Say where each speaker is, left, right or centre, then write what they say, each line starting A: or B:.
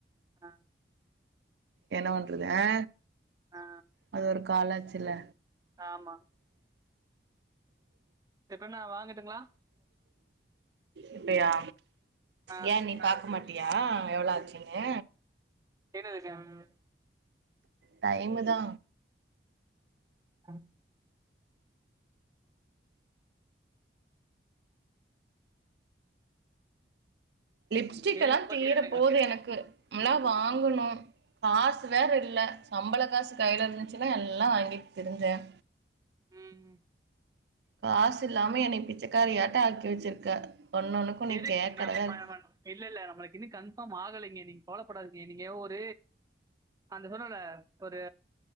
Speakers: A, on the right; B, on the right.
A: ஆஹ்
B: என்ன பண்றது ஆ
A: ஆ,
B: அது ஒரு காலேஜ்ல
A: ஆமா இப்ப என்னா வாங்கட்டுங்களா
B: இப்பயா
A: ஆ,
B: ஏ நீ பாக்க மாட்டியா எவ்ளோ ஆச்சுனு
A: <unintelligible>
B: டைமு தா
A: ஆ
B: லிப்ஸ்டிக்
A: ஏழு
B: எல்லா
A: ஐம்பத்தி
B: தீர
A: ரெண்டுங்க
B: போது எனக்கு லாம் வாங்கணும் காசு வேற இல்லை நம்மள காசு கையையில் இரு எல்லாம் வாங்கிட்டு தெரிஞ்சேன்
A: ம்
B: காசு இல்லாம என்னை பிச்சைக்காரியாட்ட ஆக்கி வச்சிருக்க ஒன்னு ஒன்னுக்கு நீ
A: எது
B: கேக்கறதா
A: நம்ம
B: இருக்கு
A: இல்ல இல்ல நம்மளுக்கு இன்னும் கன்ஃபார்ம் ஆகலை நீங்க போலப்படாதீங்க நீங்கவ அந்த சொன்னல ஒரு